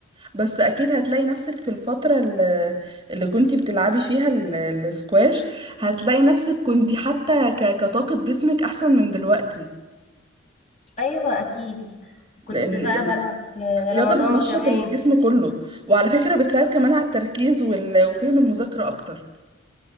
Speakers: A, on the right; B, on the left.
A: بس اكيد هتلاقي نفسك في الفترة اللي, اللي كنتي بتلعبي فيها ال- السكواش هتلاقي نفسك كنتي حتى ك- كطاقة جسمك احسن من دلوقتي
B: ايوه اكيد كنت
A: لان
B: بقى
A: ال-
B: بلعب في
A: الرياضة
B: رمضان
A: بتنشط
B: كمان
A: الجسم كله وعلى فكرة بتساعد كمان على التركيز وال- وفهم المذاكرة اكتر